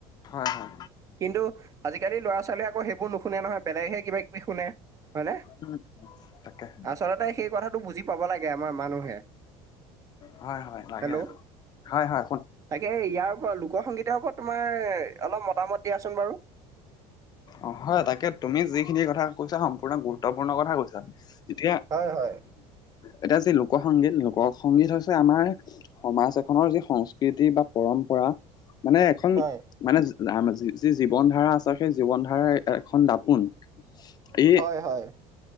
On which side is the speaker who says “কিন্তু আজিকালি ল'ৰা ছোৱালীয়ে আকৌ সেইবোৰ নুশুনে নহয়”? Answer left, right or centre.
Right